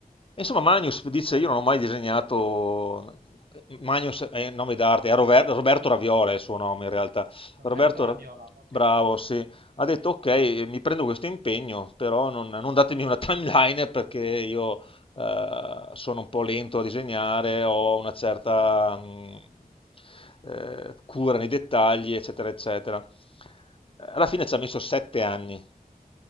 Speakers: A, on the left; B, on the right.
A: Insomma, Magnus dice, io non ho mai disegnato, Magnus è il nome d'arte, è Rover- Roberto Raviola è il suo nome in realtà.
B: Roberto
A: Roberto,
B: Raviola,
A: Ra-
B: ok.
A: bravo, sì, ha detto ok, mi prendo questo impegno, però non, non datemi una <laughs> timeline perché io eh, sono un po' lento a disegnare, ho una certa mh, eh, cura nei dettagli, eccetera, eccetera. Alla fine ci ha messo sette anni,